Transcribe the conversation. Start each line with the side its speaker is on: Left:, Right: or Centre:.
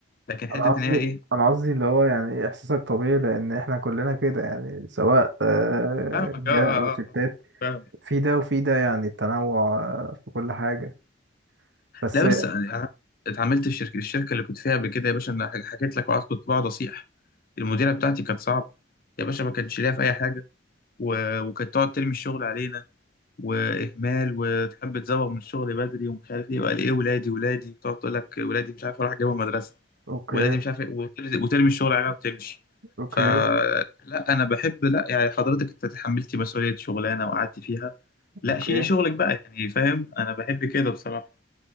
Left: لكن حتة
Right: انا قصدي
Left: إن هي إيه
Right: انا قصدي اللي هو يعني احساسك طبيعي لان احنا كلنا كده يعني سواء آه،
Left: فاهمك
Right: رجاله
Left: آه آه
Right: او ستات
Left: آه فاهمك
Right: في ده وفي ده يعني التنوع آه، في كل حاجه بس
Left: لا بس يعني انا اتعاملت في شركه الشركه اللي كنت فيها قبل كده يا باشا انا حكيت لك وقعدت كنت بقعد اصيح المديره بتاعتي كانت صعبه يا باشا ما كانتش ليها في اي حاجه و... وكانت تقعد ترمي الشغل علينا واهمال وتحب تزوغ من الشغل بدري ومش عارف ايه وقال ايه ولادي ولادي تقعد تقول لك ولادي مش عارف اروح اجيبهم مدرسه
Right: اوكي
Left: ولادي مش عارف ايه وتر- وترمي الشغل علينا وتمشي
Right: اوكي
Left: فلا انا بحب لا يعني حضرتك انت تحملتي مسؤوليه شغلانه وقعدتي فيها لا
Right: اوكي
Left: شيلي شغلك بقى يعني فاهم انا بحب كده بصراحه